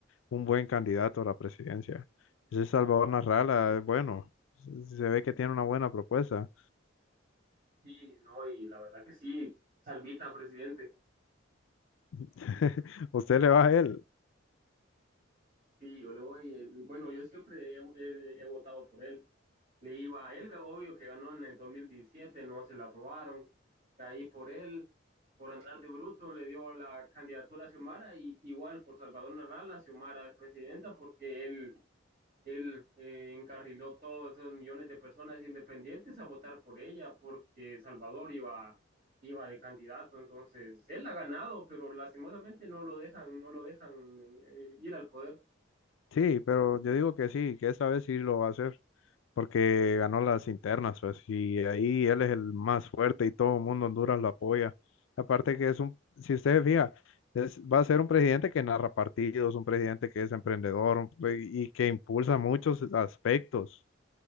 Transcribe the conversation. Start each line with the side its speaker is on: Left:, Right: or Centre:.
Left: un buen candidato a la presidencia. Ese Salvador Narrala, es bueno, se ve que tiene una buena propuesta.
Right: Sí, no, y la verdad que sí, salvita, presidente.
Left: <laughs> Usted le va a él.
Right: Sí, yo le voy, eh, bueno, yo siempre he, he- he votado por él. Le iba a él, que obvio que ganó en el 2017, no se la robaron. Caí por él, por andar de bruto, le dio la candidatura a Xiomara y igual por Salvador Narrala, Xiomara es presidenta porque él, él eh, encarriló todos esos millones de personas independientes a votar por ella porque Salvador iba, iba de candidato. Entonces, él ha ganado, pero lastimosamente no lo dejan, no lo dejan eh, ir al poder.
Left: Sí, pero yo digo que sí, que esta vez sí lo va a hacer. porque ganó las internas, pues, y ahí él es el más fuerte y todo el mundo en Honduras lo apoya. Aparte que es un, si ustedes fijan, es, va a ser un presidente que narra partidos, un presidente que es emprendedor un pre- y que impulsa muchos aspectos